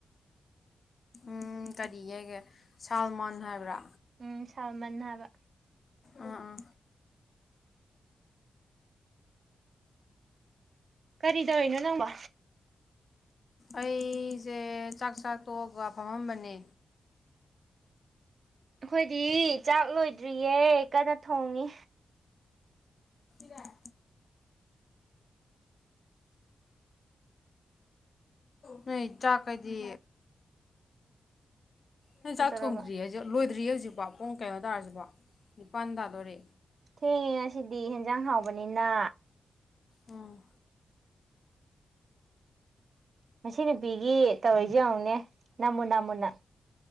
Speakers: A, on the left; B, on the right.
A: ꯎꯝ ꯀꯔꯤꯒꯤꯒꯦ ꯁꯜꯃꯟ ꯍꯥꯏꯕ꯭ꯔꯥ
B: ꯎꯝ ꯁꯜꯃꯟ ꯍꯥꯏꯕ
A: ꯑꯥ ꯑꯥ
B: ꯀꯔꯤ ꯇꯅ ꯅꯪꯕ
A: ꯑꯩꯁꯦ ꯆꯥꯛ ꯆꯥꯛ ꯇꯣꯛꯑꯒ ꯐꯝꯃꯝꯕꯅꯦ
B: ꯑꯩꯈꯣꯏꯗꯤ ꯆꯥꯛ ꯂꯣꯏꯗ꯭ꯔꯤꯌꯦ ꯀꯟꯅ ꯊꯣꯡꯉꯤ
A: ꯀꯔ ꯅꯣꯏ ꯆꯥꯛꯀꯗꯤ ꯍ
B: ꯀꯩꯗꯧꯔꯕ
A: ꯆꯥꯛ ꯊꯣꯡꯗ꯭ꯔꯤ ꯂꯣꯏꯗ꯭ꯔꯤ ꯌꯖꯤꯕ ꯄꯨꯡ ꯀꯩꯅꯣ ꯇꯥꯔꯁꯤꯕꯣ ꯄꯥꯟꯗꯥꯗꯣꯔꯦ
B: ꯊꯦꯡ ꯁꯤꯗꯤ ꯍ ꯏꯟꯖꯥꯡ ꯍꯥꯎꯕꯅꯤꯅ
A: ꯎꯝ
B: ꯉꯁꯤ ꯅꯨꯄꯤꯒꯤ ꯇꯧꯔꯤꯁꯦ ꯌꯦꯡꯉꯨꯅꯦ ꯅꯃꯨ ꯅꯅꯥꯃꯨꯟꯅ